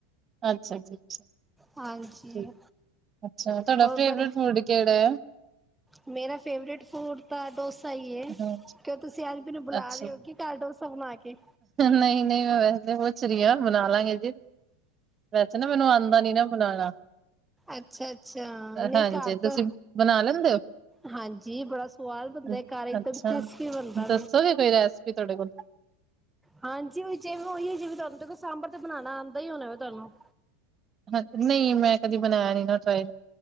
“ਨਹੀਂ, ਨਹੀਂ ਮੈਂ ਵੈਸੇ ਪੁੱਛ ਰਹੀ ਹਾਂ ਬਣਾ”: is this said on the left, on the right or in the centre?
Right